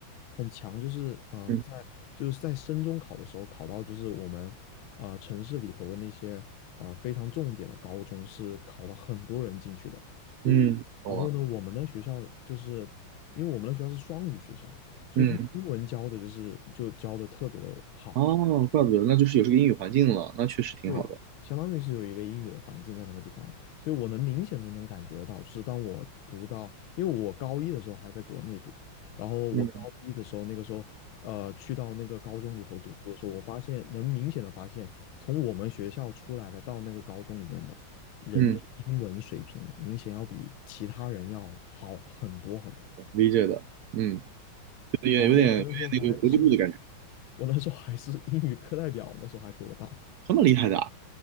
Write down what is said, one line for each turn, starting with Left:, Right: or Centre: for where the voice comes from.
Left: 很强，就是呃，
Right: 嗯
Left: 在就是在升中考的时候考到就是我们呃城市里头的那些呃非常重点的高中是考了很多人进去的，所以然后呢，
Right: 嗯，懂了。
Left: 我们的学校就是因为我们的学校是双语学校。所以他们英文教的就是就教的特别的好，
Right: 嗯，哦，
Left: 特别的重，
Right: 怪不得，那就是有这个英语环境了，那确实挺好的。
Left: 对，相当于是有一个英语的环境在那个地方啊，所以我能明显的能感觉得到，就是当我读到，因为我高一的时候还在国内读，然后我高一的时候那个时候，
Right: 嗯
Left: 呃，去到那个高中里头读书的时候，我发现能明显的发现，从我们学校出来了到那个高中里面的人的英文水平，
Right: 嗯，
Left: 明显要比其他人要好很多很多。
Right: 理解的。嗯，也有点有点那个国际部的感觉，
Left: 然后我那时候还是我那时候还是英语课代表，那时候还比我大。<laughs>
Right: 这么厉害的啊。